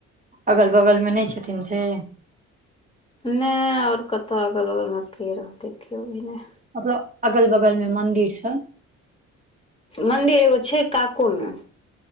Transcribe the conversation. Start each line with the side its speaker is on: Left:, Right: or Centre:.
Right: अगल बगल मे नहि छथिन से
Left: नैय आओर कतहु अगल बगलमे के रहतै केओ भी नय
Right: मतलब अगल बगल मे मंदिर सब
Left: मंन्दिर एगो छै काको मे